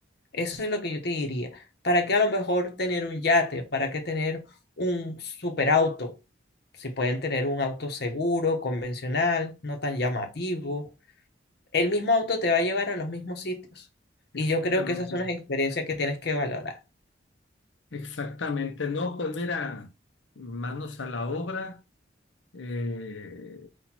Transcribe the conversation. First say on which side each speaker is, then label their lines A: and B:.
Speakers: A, on the left; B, on the left.
A: Eso es lo que yo te diría. ¿Para qué a lo mejor tener un yate? ¿Para qué tener un superauto? Si pueden tener un auto seguro, convencional, no tan llamativo. El mismo auto te va a llevar a los mismos sitios.
B: exactamente,
A: Y yo creo que esas son las experiencias que tienes que valorar.
B: exactamente. No, pues mira, manos a la obra. eh,